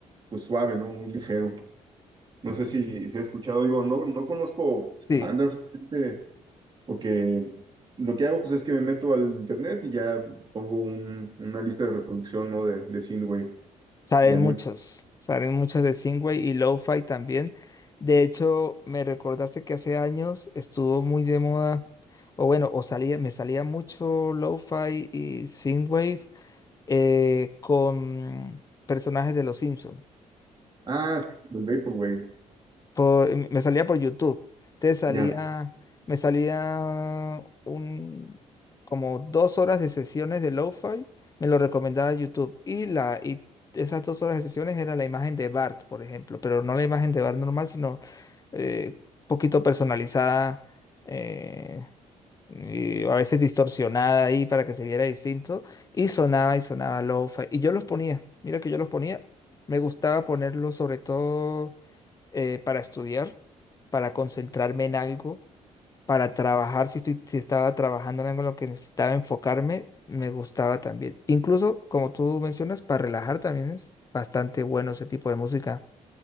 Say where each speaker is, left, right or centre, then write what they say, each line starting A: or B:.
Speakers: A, on the right; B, on the left.
A: pues suave, ¿no? Muy ligero. No sé si, si he escuchado, digo, no, no conozco
B: sí,
A: bandas, realmente, porque lo que hago pues es que me meto al internet y ya pongo un- una lista de reproducción, ¿no? De, de Synthwave.
B: salen
A: Ya no.
B: muchas, salen muchas de Singway y Lo-Fi también. De hecho, me recordaste que hace años estuvo muy de moda, o bueno, o salía, me salía mucho Lo-Fi y Synthwave eh, con personajes de los Simpsons.
A: Ah, sí, el Vaporwave.
B: por- em, me salía por YouTube. Entonces salía,
A: Ya.
B: me salía un, como dos horas de sesiones de lo-fi, me lo recomendaba YouTube. Y, la, y esas dos horas de sesiones era la imagen de Bart, por ejemplo, pero no la imagen de Bart normal, sino eh, poquito personalizada. eh, y a veces distorsionada ahí para que se viera distinto, y sonaba y sonaba lo-fi, y yo los ponía, mira que yo los ponía, me gustaba ponerlos sobre todo eh, para estudiar, para concentrarme en algo, para trabajar, si, estoy- si estaba trabajando en algo en lo que necesitaba enfocarme, me gustaba también. Incluso, como tú mencionas, para relajar también es bastante bueno ese tipo de música.